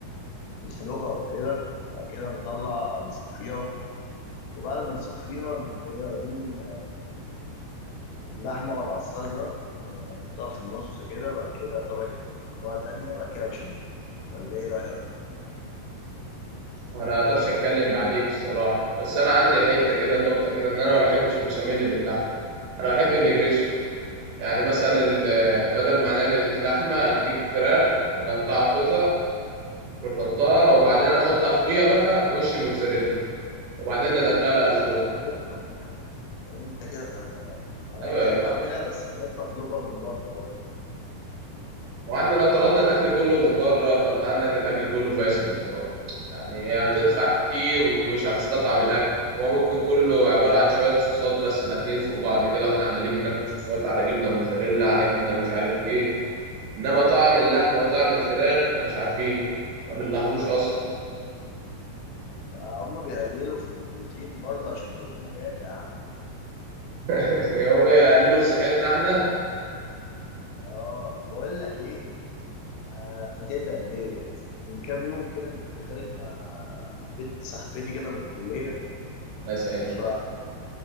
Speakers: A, on the left (about 80°); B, on the right (about 85°).
A: ونسلقها وكده بعد كده نطلع نصفيها وبعد ما نصفيها نقوم جاي واخدين اللحمة ونعصجها ونحطها في النص كده بعد كده طبقة مكرونة تانية بعد كده بشاميل ولا ايه رأيك؟
B: وانا ما اقدرش اتكلم بعديك الصراحه بس انا عندي حته كده نقطه كده ان انا ما بحبش البشاميل باللحمه انا بحب النجريسكو يعني مثلا ال- آه،
A: اه
B: بدل ما نعمل اللحمه نجيب فراخ ونقطعها قطع ونحطها وبعدين نحط فوقيها بقى وش موتزاريلا وبعدين ندخلها الفرن
A: آه، انت كده فاهمها انت كده فاهمها انا
B: ايوه
A: بحب
B: يا باشا
A: اعملها بس بحب اطلبها من بره برضه
B: وعندنا لو طلبنا الاكل كله من بره فانت عندك الاكل كله فاشل من بره يعني هتدفع كتير ومش هتستطعم الاكل هو ممكن كله عباره عن شويه صوصات بس داخلين فوق بعض كده واحنا عمالين بناكل صوصات على جبنه موتزاريلا على جبنه مش عارف ايه انما طعم اللحمه وطعم الفراخ احنا مش عارفينه ما بنلاحظوش اصلا
A: آه، هم بيقللوا في البروتين برضه عشان البروتين غالي يا عم
B: <laughs> يوم يقللوا في صحتنا احنا
A: اه بقول لك ايه آه فاتتك ديت من كام يوم كده كنت خارج مع بنت صاحبتي كده من الكلية
B: لا يسهل
A: ف
B: لك يعني